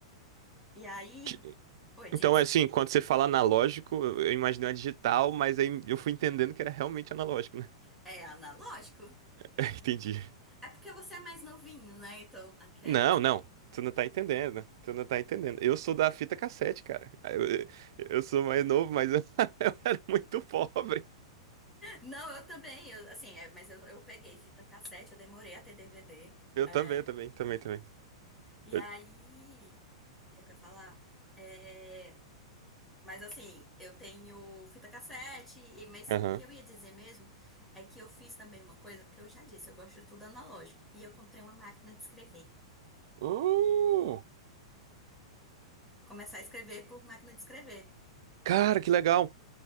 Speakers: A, in the centre; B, on the right (about 55°).
A: E aí,
B: Ti-
A: oi, diz,
B: Então, é assim, quando você fala analógico, eu eu imaginei uma digital, mas aí eu fui entendendo que era realmente analógico, né?
A: é analógico?
B: <laughs> Entendi.
A: É porque você é mais novinho, né? Então, aquelas,
B: Não,
A: né?
B: não. Tu não tá entendendo. Tu não tá entendendo. Eu sou da fita cassete, cara. Eu, eu- sou mais novo, mas eu, <laughs> eu era muito pobre.
A: Não, eu também, eu, assim, é, mas eu, eu peguei fita cassete, eu demorei a ter DVD.
B: Eu
A: É,
B: também, eu também, também, também.
A: e
B: Eu-
A: aí, o que é que eu ia falar? É, mas assim, eu tenho fita cassete, e- mas
B: Aham.
A: o que eu ia dizer mesmo é que eu fiz também uma coisa, porque eu já disse, eu gosto de tudo analógico. E eu comprei uma máquina de escrever.
B: Uh,
A: Começar a escrever por máquina de escrever.
B: cara, que legal.